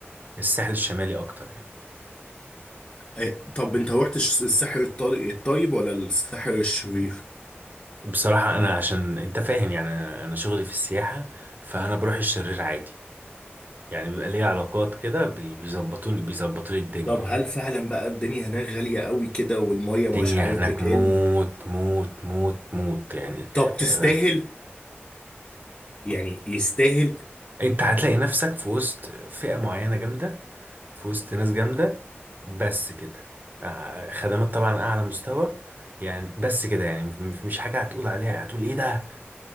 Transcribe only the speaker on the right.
الساحل الشمالي اكتر يعني
بصراحه انا عشان انت فاهم يعني انا أنا شغلي في السياحه فانا بروح الشرير عادي يعني بيبقى ليا علاقات كده بي- بيظبطوني بيظبطوا لي الدنيا
يعني
الدنيا
هناك
موت موت موت موت يعني
آه،
انت هتلاقي نفسك في وسط فئة معينة جامدة في وسط ناس جامدة بس كده آه، خدمات طبعا أعلى مستوى يعني بس كده يعني م- مش حاجة هتقول عليها هتقول إيه ده